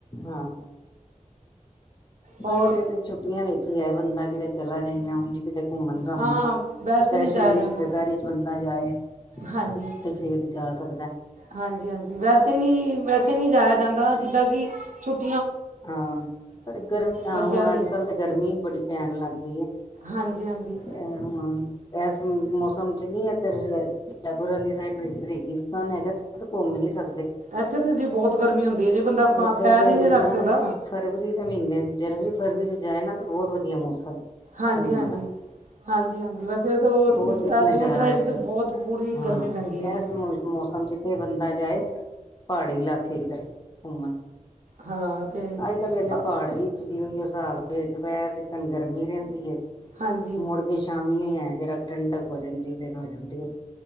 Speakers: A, on the left; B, on the right.
A: ਹਾਂ। ਬਸ
B: ਔਰ
A: ਇਹ ਤੇ ਛੁੱਟੀਆਂ ਵਿੱਚ ਹੀ ਐ, ਬੰਦਾ ਕਿਤੇ ਚਲਾ ਜਾਈਆਂ ਉੰਝ- ਕਿਤੇ ਘੁੰਮਣ ਘਾਮਣ
B: ਹਾਂ ਵੈਸੇ
A: ਸਪੈਸ਼ਲੀ
B: ਨਹੀਂ ਜਾਇਆ ਜਾਂਦਾ
A: ਰਿਸ਼ਤੇਦਾਰੀ ਚ ਬੰਦਾ ਜਾਏ-
B: ਹਾਂਜੀ
A: ਤੇ ਫੇਰ ਜਾ ਸਕ-
B: ਹਾਂਜੀ ਹਾਂਜੀ ਵੈਸੇ ਨੀ ਵੈਸੇ ਨੀ ਜਾਇਆ ਜਾਂਦਾ ਜਿੱਦਾਂ ਕਿ ਛੁੱ-
A: ਹਾਂ ਪਰ ਗਰਮ ਹਾਂ,
B: ਬੱਚਿਆਂ
A: ਹੁਣ
B: ਦੀਆਂ
A: ਅੱਜ ਕੱਲ ਤਾਂ ਗਰਮੀ ਵੀ ਬੜੀ ਪੈਣ ਲੱਗ ਗਈ ਐ।
B: ਹਾਂਜੀ ਹਾਂਜੀ
A: ਤੇ ਹਾਂ। ਇਸ ਮੌਸਮ ਚ ਨੀ ਇਧਰ ਜੈਪੁਰ ਵਾਲੀ ਸਾਈਡ ਰੇਗਿਸਤਾਨ ਹੈਗਾ, ਐਥੇ ਘੁੰਮ ਨੀ ਸਕਦੇ।
B: ਇੱਥੇ ਤਾਂ ਜੀ ਬਹੁਤ ਗਰਮੀ ਹੁੰਦੀ ਐ, ਜੇ ਬੰਦਾ ਅਪ
A: ਉੱਧਰ
B: ਪੈਰ
A: ਤੇ
B: ਹੀ ਨੀ
A: ਬੰਦਾ
B: ਰੱਖ ਸਕਦਾ।
A: ਫਰਵਰੀ ਦੇ ਮਹੀਨੇ, ਜਨਵਰੀ ਫਰਵਰੀ ਚ ਜਾਏ ਨਾ ਤੇ ਬਹੁਤ ਵਧੀਆ ਮੌਸਮ।
B: ਹਾਂਜੀ
A: ਘੁੰਮਣ
B: ਹਾਂਜੀ।
A: ਦਾ
B: ਹਾਂਜੀ ਹਾਂਜੀ, ਵੈਸੇ ਤਾਂ
A: ਬਹੁਤ ਹੀ ਨਜ਼ਾਰਾ
B: ਜੂਨ ਜੁਲਾਈ ਚ
A: ਇੱਧਰ
B: ਤਾਂ ਬਹੁਤ ਬੂੜੀ
A: ਹਾਂ
B: ਗਰਮੀ ਪੈਂਦੀ ਐ ਜੀ।
A: ਇਸ ਮੌ ਮੌਸਮ ਚ ਤੇ ਬੰਦਾ ਜਾਏ, ਪਹਾੜੀ ਇਲਾਕੇ ਕਿਧਰੇ ਘੁੰਮਣ।
B: ਹਾਂ ਅਤੇ ਹੈ ਹੀ
A: ਅੱਜ ਕੱਲ ਕਹਿੰਦੇ
B: ਪ
A: ਪਹਾੜ ਵਿੱਚ ਵੀ ਉਈ ਹਿਸਾਬ ਹੈ ਦੁਪਹਿਰ ਤਿਕਨ ਗਰਮੀ ਰਹਿੰਦੀ ਹੈ
B: ਹਾਂਜੀ
A: ਮੁੜ ਕੇ ਸ਼ਾਮੀ ਹੀ ਹੋ, ਜਰਾ ਠੰਡਕ ਹੋ ਜਾਂਦੀ, ਫਿਰ ਹੋ ਜਾਂਦੀ ਏ।